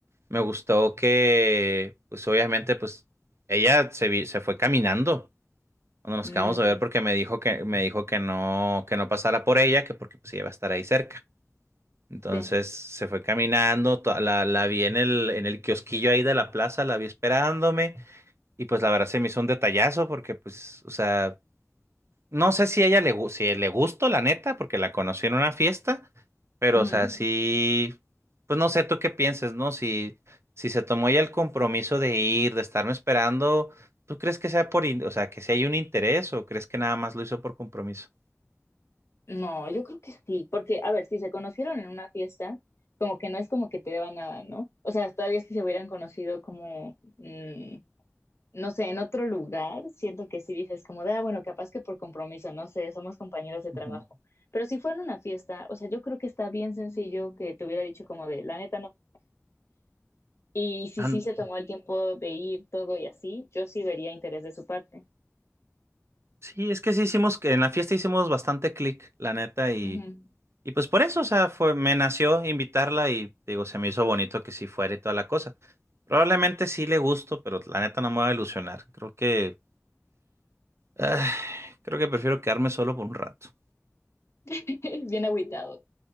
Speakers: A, on the right; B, on the left.
A: me gustó que pues obviamente pues ella se vi- se fue caminando cuando nos
B: Mm,
A: acabamos de ver porque me dijo que me dijo que no que no pasara por ella, que porque pues ella va a estar ahí cerca. Entonces
B: sí.
A: se fue caminando, to- la, la vi en el, en el kiosquillo ahí de la plaza, la vi esperándome. Y pues la verdad se me hizo un detallazo porque pues, o sea, No sé si ella le, gu- si le gustó, la neta, porque la conocí en una fiesta, pero
B: ujú.
A: o sea, sí, pues no sé tú qué pienses, ¿no? Si, si se tomó ya el compromiso de ir, de estarme esperando, ¿tú crees que sea por, in- o sea, que si hay un interés o crees que nada más lo hizo por compromiso?
B: No, yo creo que sí, porque, a ver, si se conocieron en una fiesta, como que no es como que te deba nada, ¿no? O sea, todavía si se hubieran conocido como, mm, no sé, en otro lugar, siento que sí dices como de, ah, bueno, capaz que por compromiso, no sé, somos compañeros de trabajo.
A: Ujú.
B: Pero si fuera en una fiesta, o sea, yo creo que está bien sencillo que te hubiera dicho como de, la neta, no Y si
A: An-
B: sí se tomó el tiempo de ir todo y así, yo sí vería interés de su parte.
A: sí, es que sí hicimos, que en la fiesta hicimos bastante clic, la neta, y,
B: Ujú.
A: Y pues por eso, o sea, fue, me nació invitarla y digo, se me hizo bonito que sí fuera y toda la cosa. Probablemente sí le gusto, pero la neta no me va a ilusionar. Creo que, ah, creo que prefiero quedarme solo por un rato.
B: <laughs> Bien agüitado.